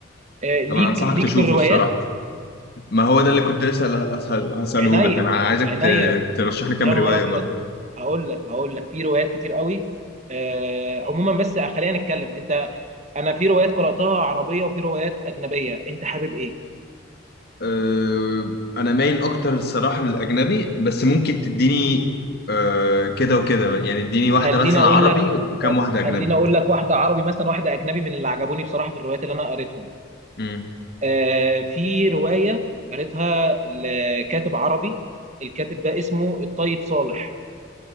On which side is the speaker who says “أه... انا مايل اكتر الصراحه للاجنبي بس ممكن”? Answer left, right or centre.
Left